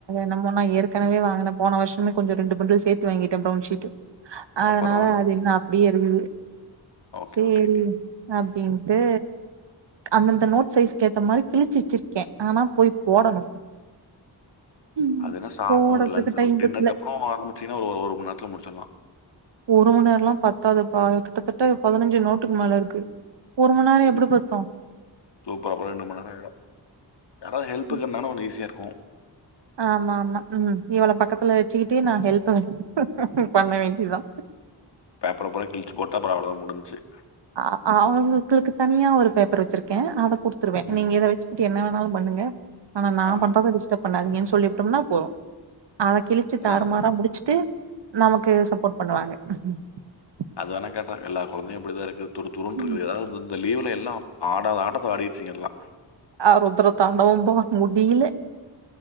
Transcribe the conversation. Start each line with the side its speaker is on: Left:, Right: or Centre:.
Right: நம நா ஏற்கனவே வாங்கினே போன வருஷமே கொஞ்சம் ரெண்டு பந்டில் சேர்த்து வாங்கிட்டேன் பிரவுன் ஷீட். அதுனால
Left: ஓ! பரவால்ல.
Right: அது இன்னோ
Left: ம்.
Right: அப்டியே இருக்குது
Left: ஓகே,
Right: சேரி
Left: ஓகே.
Right: அப்டின் டு அந்தந்த நோட் சைஸ்கேத்த மாரி கிழிச் வச்சிருக்கே ஆனா போய் போடணு ம்.
Left: அதுனா சா
Right: போடறதுக்கு
Left: ஒரு லன்ச்
Right: டைம்
Left: ஒரு டின்னருக்கு
Right: பத்தல
Left: அப்றோ ஆரம்பிச்சீங்கன்னா ஒரு ஒரு மண் நேரத்துல முடுச்சற்லா
Right: ஒரு மண் நேரல்லா பத்தாதுப்பா கிட்டத்தட்ட பதினஞ்சு நோட்டுக்கு மேல இருக்கு ஒரு மண் நேரோ எப்டி
Left: ம்.
Right: பத்து
Left: சூப்பர். அப்புறம் மணி நேரம் ஆயிடும். யாராவது ஹெல்ப்புக்கு
Right: ம்.
Left: இருந்தா கொஞ்ச ஈஸியா இருக்கு வா
Right: ஆமா ஆமா ம் இவள பக்கத்துல வச்சிக்கிட்டு நா ஹெல்ப்பு <unintelligible> பண்ண வேண்டிதா
Left: பேப்பர பூரா கிழிச்சு போட்டு அப்ற அவ்ளோதா முடு சேர்
Right: அ அவங்களுக்கு <unintelligible> தனியா ஒரு பேப்பர் வச்சுருக்கே அத குடுத்துருவே
Left: ம்.
Right: நீங்க இத வச்சுகிட்டு என்ன வேணா னாலு பண்ணுங்க ஆனா நா
Left: ஆ.
Right: பண்றத டிஸ்ட்ப் பண்ணாதிங்கன் சொ ட்டம்னா போவு அத கிழிச்சு
Left: அதான்.
Right: தாறுமாறா முடிச்சுட்டு நமக்கு சப்போர்ட் பண்ணுவாங்க ஹ
Left: அதா நா கேட்டே எல்லா குழந்தையு அப்டிதா இருக்கு துரு துருன்ருக்குது
Right: ம்
Left: ஏதாவது இந்த லீவ் வீட்ல எல்லா ஆடத ஆட்டத்த ஆடிச்சிங்க எல்லா
Right: அவரு உத்திர தாண்டோவப்பா முடி இல்லே